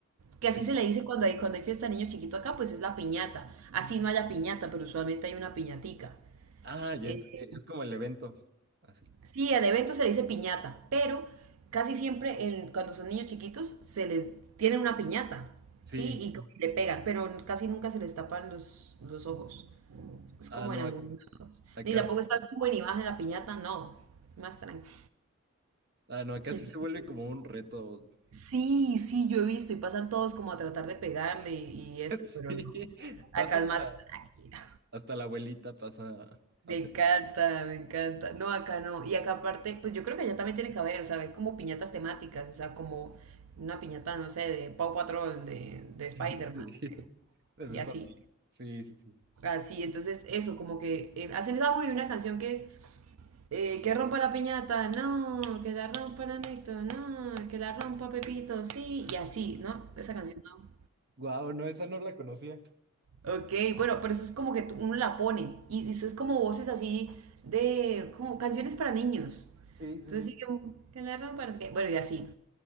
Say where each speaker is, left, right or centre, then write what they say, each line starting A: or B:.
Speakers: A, on the right; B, on the right.
A: Que
B: Sí.
A: así se le dice cuando hay, cuando hay fiesta de niño chiquito acá, pues es la piñata. Así no haya piñata, pero usualmente hay una piñatica.
B: Ah, ya
A: Eh,
B: entendí. Es como el evento. Así.
A: sí, al evento se le dice piñata, pero casi siempre en, cuando son niños chiquitos se les tienen una piñata,
B: Sí.
A: ¿sí? Y como que le pegan, pero casi nunca se les tapan los, los ojos. Es
B: Ah,
A: como
B: no,
A: en algunos
B: ac-
A: lados.
B: acá,
A: Ni tampoco está sube ni baja en la piñata, no. Es más tranquilo.
B: ah, no, acá
A: Entonces,
B: sí se vuelve como un reto. <laughs>
A: sí, sí, yo he visto y pasan todos como a tratar de pegarle y, y eso,
B: Sí.
A: pero no. Acá
B: Pasa hasta,
A: es más tranquilo.
B: hasta la abuelita, pasa
A: Me
B: a
A: encanta,
B: pegar.
A: me encanta. No, acá no. Y acá aparte, pues yo creo que allá también tiene que haber, o sea, hay como piñatas temáticas, o sea, como una piñata, no sé, de Paw Patrol, de, de Spider-Man,
B: <laughs> Sí. De Peppa
A: y así.
B: Pig. Sí, sí, sí.
A: Así, entonces eso, como que eh, hacen esa muy una canción que es eh, que rompa la piñata, no, que la rompa Nanito, no, que la rompa Pepito, sí, y así, ¿no? Esa canción no.
B: Guau, no, esa no la conocía.
A: Ok, bueno, pero eso es como que tú- uno la pone, y eso es como voces así de, como canciones para niños.
B: Sí, sí,
A: Entonces
B: sí.
A: sí que, que la rompa, no sé qué. Bueno, y así,